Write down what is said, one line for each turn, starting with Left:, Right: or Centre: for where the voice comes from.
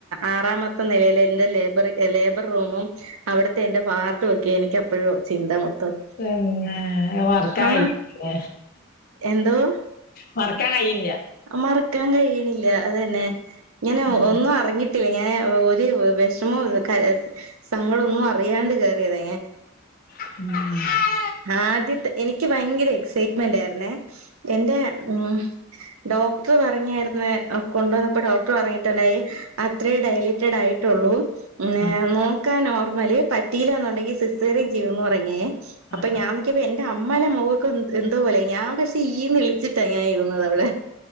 Right: ആറാമത്തെ നിലയിലെ എന്റെ ലേബർ ലേബർ റൂമും അവിടത്തെ എന്റെ വാർഡു വൊക്കെയാ എനിക്കെപ്പഴും ചിന്ത മൊത്തം.
Left: പിന്നെ വർക്കായി
Right: ആ
Left: ഇല്ല!
Right: എന്തോ!
Left: മറക്കാൻ കയ്യില്ല
Right: മറക്കാൻ കയ്യ്ണില്ല അതെന്നെ ഞാന്
Left: ഉം
Right: ഒന്നും അറിഞ്ഞ് ട്ടില്ല ഞാൻ ഒരു വെഷമവും കര സങ്കടൊന്നും അറിയാണ്ട് കേറിയതാ ഞാൻ
Left: <inaudible>
Right: ആദ്യത്തെ എനിക്ക് ഭയങ്കര എക്സൈറ്റ്മെന്റായിരുന്നേ എന്റെ ഉം ഡോക്ടർ പറഞ്ഞായിരുന്ന് കൊണ്ടുവന്നപ്പോ ഡോക്ടർ പറ ട്ടടായി അത്രേ ഡയലേറ്റഡായിട്ടുള്ളൂ
Left: ആഹ്
Right: നോക്കാ നോർമല് പ റ്റില്ലാന്നുണ്ടെങ്കിൽ സിസേറിയൻ ചെയ്യണമെന്നു പറഞേ അപ്പൊ
Left: ആഹ്
Right: ഞാൻ ക്ക്യപ്പോ എ പി അമ്മേലെ മൊഖൊക്കെ എന്തോ പോലായി ഞാൻ പക്ഷെ ഈന്ന് ളിച്ചിട്ടാ ഞാരുന്നത് അവടെ